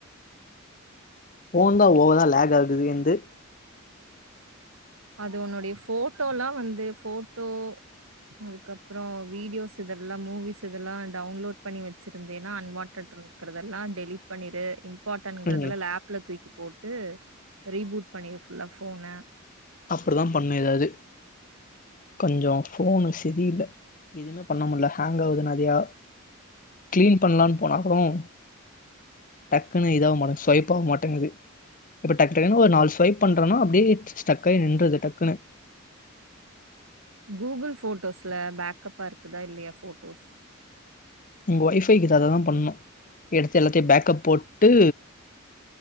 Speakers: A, on the left; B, on the right.
A: போன் தான் ஓவரா லாக் ஆகுது என்து
B: அது உன்னுடைய போட்டோல்லாம் வந்து போட்டோ அதுக்கப்புறம் வீடியோஸ் இதெல்லாம் மூவிஸ் இதெல்லாம் டவுன்லோட் பண்ணி வச்சிருந்தேன்னா அன்வான்ட் இருக்கறதெல்லாம் டெலிட் பண்ணிரு போட்டோக்களை
A: ம்
B: எல்லாம் லேப்ல தூக்கி போட்டு ரீபூட் பண்ணி ஃபுல்லா போன
A: அப்படிதான் பண்ண ஏதாாவது கொஞ்சம் போஃபனு சரியில்ல்ல எதுவுமே பண்ண முடியல ஹேங்க் ஆகுது நிறையா கிளீன் பண்ணலாம்னு போனா கூடம் டக்குன்னு இதாக மாட்டேங்க ஸ்வைப் ஆக மாட்டேங்குது இப்ப டக்கு டக்குன்ன ஒரு நாலு ஸ்வைப் பண்றேனா அப்படியே டக்குனு நின்றது டக்குனு
B: கூகுள் போட்டோஸ்ல பேக்கப்பா இருக்குதா இல்லையா போட்டோஸ்
A: உங்க ஒய்ஃபைக்குத்ததான் பண்ணும் எடுத்து எல்லாத்தையும் பேக்கப் போட்டு